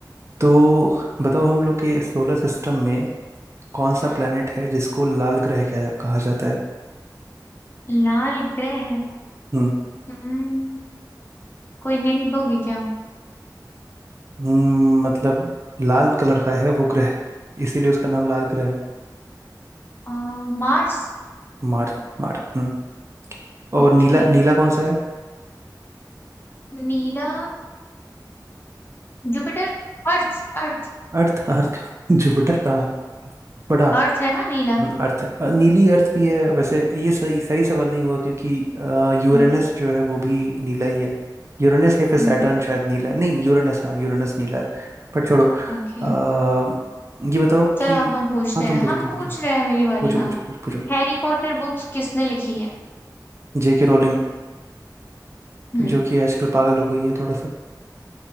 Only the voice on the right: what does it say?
तो बताओ हम लोग के सोलर सिस्टम में कौन सा
प्लेनेट है जिसको लाल ग्रह कह- कहा जाता है
हम्म,
हम्म, मतलब लाल कलर का है वो ग्रह इसीलिए उसका नाम लाल ग्रह है
मार्स मार्स हम्म, और
नीला नीला कौन सा है
अर्थ अर्थ <laughs> जुपिटर का बड़ा
हम्म, अर्थ है अ, नीली अर्थ भी है वैसे ये सही सही सवाल नहीं हुआ क्योंकि अ, यूरेनस
जो है वो भी नीला ही है यूरेनस या फिर
सैटर्न शायद नीला है नहीं यूरेनस हाँ यूरेनस नीला है पर छोड़ो
आ, ये बताओ
कि
हाँ तुम
पूछो
तुम
पूछो हाँ
पूछो
पूछो पूछो पूछो
जेके रोलिंग
जो कि आजकल पागल हो गई है थोड़ा सा